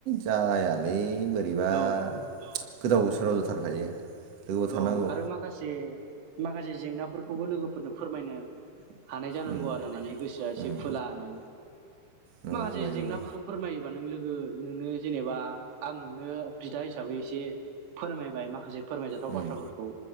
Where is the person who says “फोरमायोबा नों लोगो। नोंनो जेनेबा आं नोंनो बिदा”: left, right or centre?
Right